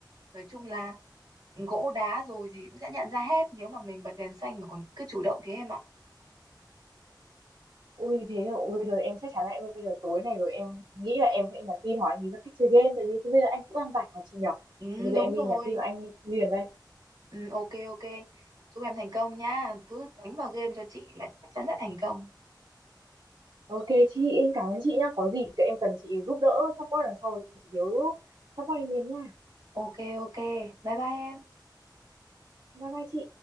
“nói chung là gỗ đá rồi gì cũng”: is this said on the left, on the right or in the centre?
Right